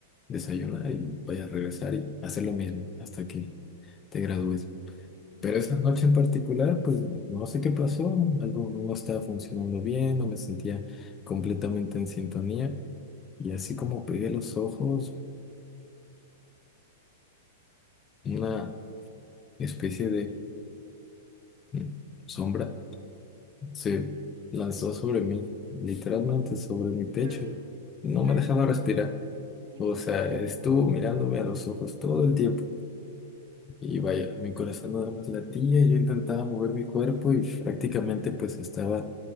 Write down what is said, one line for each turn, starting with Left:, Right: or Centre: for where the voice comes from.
Left: desayunar y vaya a regresar y hacer lo mismo hasta que te gradúes.
Right: <laughs> ujú.
Left: Pero esa noche en particular, pues no sé qué pasó, algo no estaba funcionando bien, no me sentía completamente en sintonía y así como pegué los ojos, una especie de mm, sombra Sí, lanzó sobre mí, literalmente sobre mi pecho.
Right: Pero sí,
Left: No
Right: sí la
Left: me dejaba
Right: viste, o sea,
Left: respirar.
Right: sí
Left: O
Right: viste
Left: sea,
Right: la sombra.
Left: estuvo mirándome a los ojos todo el tiempo. Y vaya, mi corazón nada más latía, yo intentaba mover mi cuerpo y prácticamente pues estaba